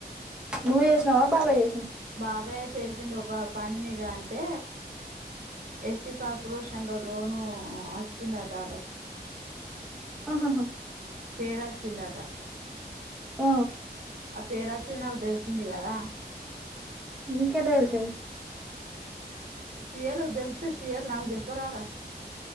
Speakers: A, in the centre; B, on the right.
A: నువ చేసినవా బబాయి చేసిన
B: బాబాయే చేసిండు ఒక పని మీద అంటే ఎస్సీ కార్పొరేషన్ లో లోను వచ్చిందటళ్ళకు
A: ఆహాహా
B: పేరాచిందట
A: ఆ
B: ఆ పేరు వచ్చేది నాకు తెలిసింది కదా
A: మీకేటా తెలిసింది
B: సియాలకు తెలుతే సియల్ నాకు చెప్పరారా